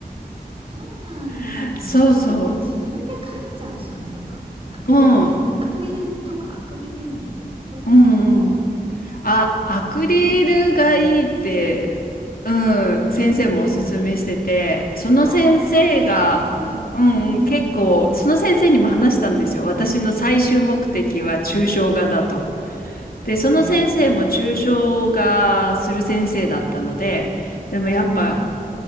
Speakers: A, on the right (about 35°); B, on the left (about 70°).
A: そうなんだ
B: <laughs> そうそ
A: まあでももう自分で描いちゃうしかないかもねアクリル
B: う。うん、
A: <laughs> アクリルとかアクリル絵の具それとも油絵
B: うんうん。あ、アクリルがいいって、
A: 何が気にアクリル
B: うん、
A: うんうんうん
B: 先生もおすすめしてて、その先生が、
A: あー使いやすいからねうんうんうん
B: うんうん、結構、その先生にも話したんですよ。私の最終目的は抽象画だと。で、その先生も抽象画する先生だったので、
A: うん
B: でもやっぱ
A: うん。うん。